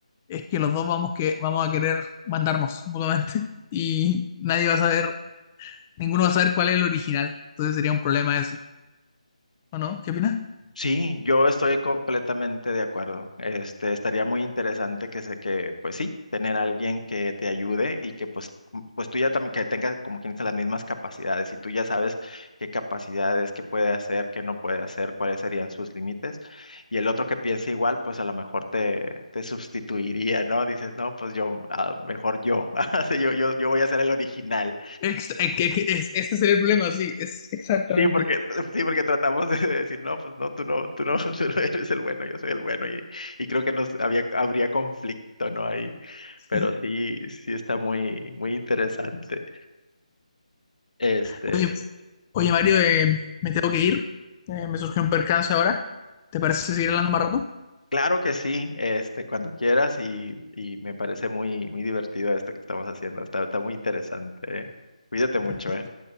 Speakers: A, on the left; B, on the left.
A: es que los dos vamos, que, vamos a querer mandarnos mutuamente y nadie va a saber Ninguno va a saber cuál es el original. Entonces sería un problema eso. ¿O no? ¿Qué opinas?
B: Sí, yo estoy completamente de acuerdo. Este, estaría muy interesante que se, que, pues sí, tener a alguien que te ayude y que pues, cum- pues tú ya también que tengas como quien dice las mismas capacidades y tú ya sabes qué capacidades, qué puede hacer, qué no puede hacer, cuáles serían sus límites. Y el otro que piense igual, pues a lo mejor te, te sustituiría, ¿no? Dices, no, pues yo, ah, mejor yo. <laughs> Sí, Yo, yo, yo voy a ser el original
A: Ex- es que- que es- ese sería el problema, sí. Es exactamente.
B: Sí, porque, <laughs> sí, porque tratamos de decir, no, pues no, tú no, tú no, <laughs> tú no eres el bueno, yo soy el bueno, y, y creo que nos había, habría conflicto, ¿no? Ahí,
A: Sí.
B: pero sí, sí está muy, muy interesante. Este,
A: Oye, oye, Mario, eh, me tengo que ir. Eh, me surgió un percance ahora. ¿Te parece seguir hablando más rato?
B: claro que sí, este, cuando quieras, y, y me parece muy, muy divertido esto que estamos haciendo, está, está muy interesante, ¿eh? Cuídate mucho,
A: Perfecto.
B: ¿eh?